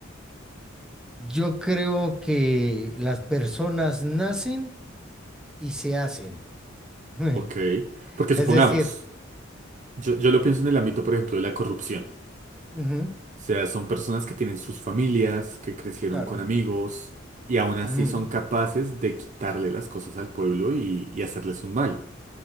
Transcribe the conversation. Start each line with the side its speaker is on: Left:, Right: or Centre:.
Centre: Yo creo que las personas nacen y se hacen. <laughs>
Right: Ok. Porque
Centre: Es
Right: supongamos,
Centre: decir,
Right: yo, yo lo pienso en el ámbito, por ejemplo, de la corrupción.
Centre: Ujú,
Right: sea, son personas que tienen sus familias, que crecieron
Centre: claro.
Right: con amigos y aún así
Centre: ujú.
Right: son capaces de quitarle las cosas al pueblo y, y hacerles un mal.